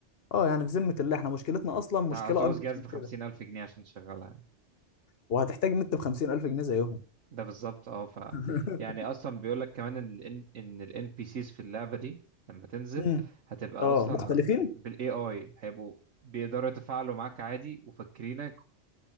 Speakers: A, on the left; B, on the right.
A: اه يعني في ذمه الله احنا مشكلتنا اصلا
B: أنت
A: مشكله
B: هتعوز
A: اكبر
B: جهاز
A: من
B: بخمسين
A: كده
B: ألف جنيه عشان تشغلها يعني.
A: وهتحتاج نت ب 50000 جنيه زيهم
B: ده بالظبط أه ف
A: <laughs>
B: يعني أصلا بيقول لك كمان إن ال إن ال NPCs في اللعبة دي لما تنزل
A: مم.
B: هتبقى
A: اه
B: أصلا
A: مختلفين
B: بال AI هيبقوا بيقدروا يتفاعلوا معاك عادي وفاكرينك